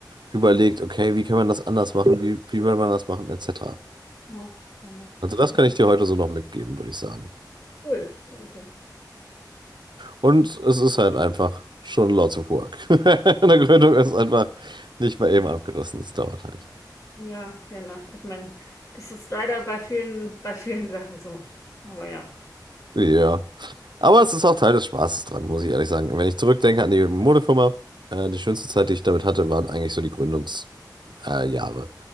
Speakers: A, on the right; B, on the left.
A: überlegt, okay, wie kann man das anders machen, wie, wie will man das machen, etc.
B: Ja, fair enough.
A: Also das kann ich dir heute so noch mitgeben, würde ich sagen.
B: Cool. Okay, okay.
A: Und es ist halt einfach schon lots of work. <laughs> Eine Gründung ist einfach nicht mal eben abgerissen, das dauert halt.
B: Ja, fair enough. Ich meine, das ist leider bei vielen, bei vielen <laughs> Sachen so. Aber ja.
A: Ja. Aber es ist auch Teil des Spaßes dran, muss ich ehrlich sagen. Wenn ich zurückdenke an die Modefirma, äh, die schönste Zeit, die ich damit hatte, waren eigentlich so die Gründungs- äh, Jahre.